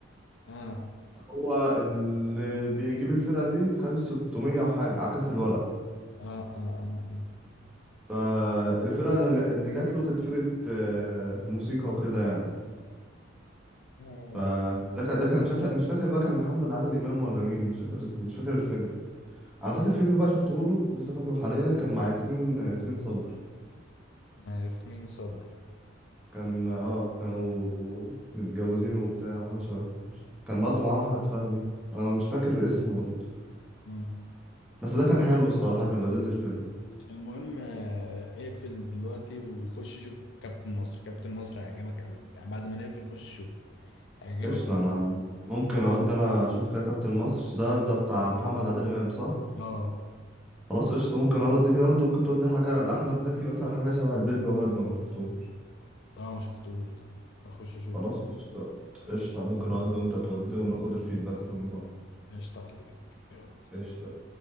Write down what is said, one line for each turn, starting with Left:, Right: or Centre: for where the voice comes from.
Left: اه
Centre: هو اللي بيجيب الفرقه دي خد ال 600 وحاجه عكس الورق
Left: اه اه اه,
Centre: فالفرقه اللي اللي جات له كانت فرقه آه، موسيقى وكده يعني.
Left: آه. آه.
Centre: فده كان ده كان مش فاكر مش فاكر بقى كان محمد عادل امام ولا مين مش فاكر اسمه- مش فاكر الفيلم انا فاكر فيلم بقى شفته له لسه فاكره حاليا كان مع ياسمين ياسمين صبري
Left: آه، ياسمين صبري
Centre: كان اه كانوا متجوزين وبتاع وحاجة شبه كده. كان برضه معاهم أحمد فهمي أنا مش فاكر الاسم برضه
Left: مم.
Centre: بس ده كان حلو الصراحة كان لذيذ الفيلم
Left: المهم آه، اقفل دلوقتي وخش شوف كابتن مصر كابتن مصر هيعجبك قوي يعني بعد ما نقفل خش شوف هيعجبك
Centre: قشطة
Left: قوي
Centre: أنا ممكن أودي أنا أشوف كده كابتن مصر ده ده بتاع محمد عادل إمام صح؟
Left: اه
Centre: خلاص قشطة ممكن أودي كده وأنت ممكن تودي حاجة لأحمد زكي مثلا حاجة شبه البيه بواب لو مشفتوش
Left: اه ما شفتوش ده هخش اشوف
Centre: خلاص قشطة قشطة ممكن أودي وأنت تودي وناخد الفيدباكس من بعض
Left: ايش تعليق يلا
Centre: قشطة